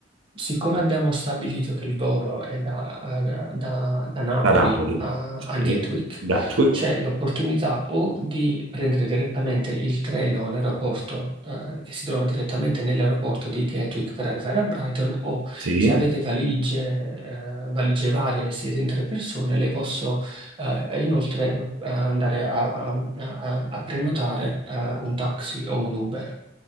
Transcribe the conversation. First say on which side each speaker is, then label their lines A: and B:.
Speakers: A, on the right; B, on the right.
A: siccome abbiamo stabilito che il volo è da, eh, da- da Napoli
B: Cadapoli.
A: a, a
B: Sì,
A: Gatwick,
B: Gatwick.
A: c'è l'opportunità o di prendere direttamente il treno all'aeroporto, eh, che si trova direttamente nell'aeroporto di Gatwick per arrivare a Brighton, o
B: Sì.
A: se avete valigie, eh, valigie varie, siete in tre persone, le posso eh, inoltre, eh, andare a, a- a- a prenotare eh, un taxi o un Uber.